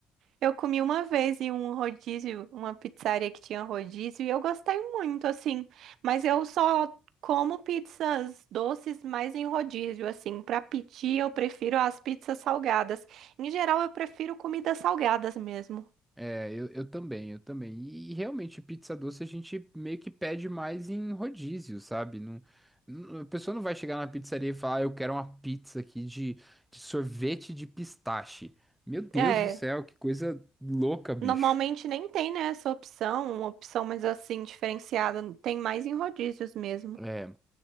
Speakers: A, on the right (about 75°); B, in the centre.
A: Eu comi uma vez em um rodízio, uma pizzaria que tinha rodízio, e eu gostei muito, assim. Mas eu só como pizzas doces mais em rodízio, assim. Pra pedir, eu prefiro as pizzas salgadas. Em geral, eu prefiro comidas salgadas mesmo.
B: É, eu, eu também, eu também. E, e realmente, pizza doce a gente meio que pede mais em rodízio, sabe? Não, não- a pessoa não vai chegar na pizzaria e falar, "Ah, eu quero uma pizza aqui de, de sorvete de pistache. Meu Deus
A: É.
B: do céu, que coisa louca, bicho.
A: Normalmente nem tem, né, essa opção, uma opção mais assim, diferenciada, tem mais em rodízios mesmo.
B: É.